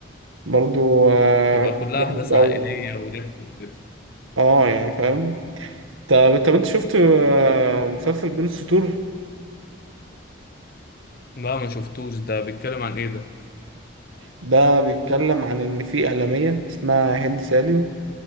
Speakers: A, on the right (about 85°); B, on the left (about 45°).
A: برضو آه،
B: تبقى كلها
A: بحبه
B: احداث عائليه
A: أوي
B: وضحك وكده
A: اه يعني فاهم طب طب انت شفت آه، مسلسل بين السطور
B: لا ما شفتوش ده بيتكلم عن ايه ده
A: ده بيتكلم عن ان في اعلاميه اسمها هند سالم